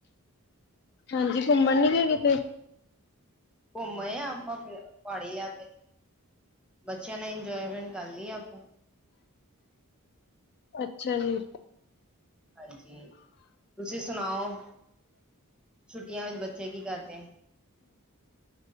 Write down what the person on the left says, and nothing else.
ਹਾਂਜੀ, ਘੁੰਮਣ ਨੀ ਗਏ ਕਿਤੇ?
ਅੱਛਾ ਜੀ।